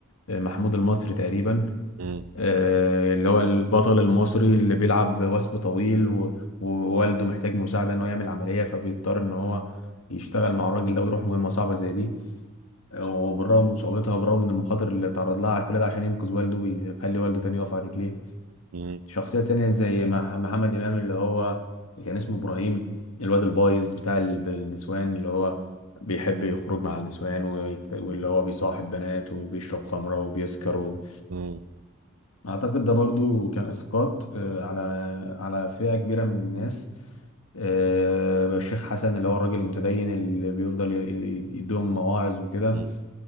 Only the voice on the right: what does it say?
مم.
مم.
مم.
مم.